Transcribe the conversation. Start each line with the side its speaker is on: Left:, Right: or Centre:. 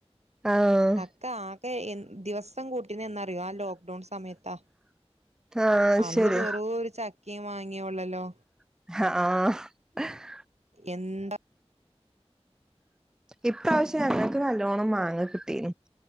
Centre: ആഹ
Right: ഇൻക്ക് ആകെ എ ദിവസം കൂട്ടീ എന്നറിയോ. ആ ലോക്ക്ഡൗൺ സമയത്താ
Centre: ആഹ്
Right: അന്ന്
Centre: ശരി
Right: വെറു ഒരു ചക്കയും മാങ്ങിയ ഉള്ളല്ലോ.
Centre: ആഹ
Right: എന്താ
Centre: ഇപ്രാവശ്യം ഞങ്ങൾക്ക് നല്ലോണം മാങ്ങ കിട്ടിനി.